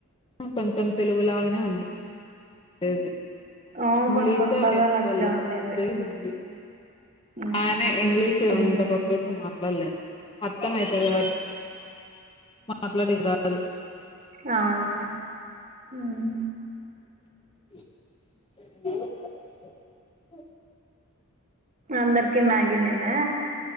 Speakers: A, on the left (about 25°); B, on the right (about 35°).
A: కొంచెం తెలుగు లాగానే ఉంది. లేేదు
B: ఆ
A: ఇంగ్లీషులో
B: కొన్ని కొన్ని పదాలు
A: నేర్చుకోవాల,
B: అట్లే ఉండేది
A: లేదా హిందీ.
B: ఉమ్
A: ఆయనే ఇంగ్లీషు
B: ఉమ్
A: అంత పర్ఫెక్టు. మాట్లాడలేను. అర్థం అయితాది కానీ మాట్లాడేకి రాదు.
B: అవును లే మ్
A: <inaudible>
B: అందరికిి మాగీ నేనా?